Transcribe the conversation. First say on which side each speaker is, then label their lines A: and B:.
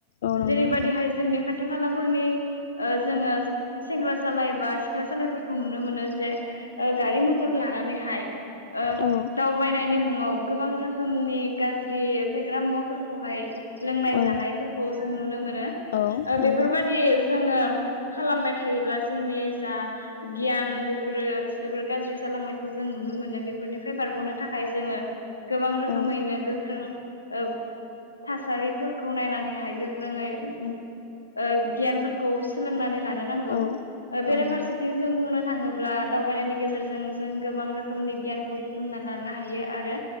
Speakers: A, on the left; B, on the left.
A: औ नंगौ
B: जेरैबायदिहाय
A: नोंथां
B: जोंनि खा खाथि खालाफोरनि ओ जोंङो सेंग्रा सालाय बा सिख्ला सालायफोरखौ नुनो मोनो जे गारि मथर लानानैहाय ओ
A: औ
B: दावबायनायनि मुं ङाव गोबां रोखोमनि गाज्रि फेग्रा मुवाफोरखौहाय लोंनाय
A: औ
B: जानायफोरखौ जों नुनो मोनो
A: औ
B: ओ
A: नंगौ
B: बेफोरबायदि जोंङो खालामबाय थायो ब्ला जोंनि जा गियान बेफोरो जोबोर गाज्रि जालांनायखौ जों नुनो मोनो बेफोरनिफ्राय बारग'नो थाखाय जोंङो गोबां रोखोमैनो
A: औ
B: गोख्रों ओ थासारिफोरखौ नायनानैहाय गोख्रोंङै ओ गियानफोरखौ सोलोंनानै लानो नांगौ
A: औ
B: ओबेराफारसेथिं
A: औ नंगौ
B: जों बुंनो थांङोब्ला दावउ बायनायनि गेजेरजों जों गोबां रोखोमनि गियानखौ बुथुमना लानो हायो। आरो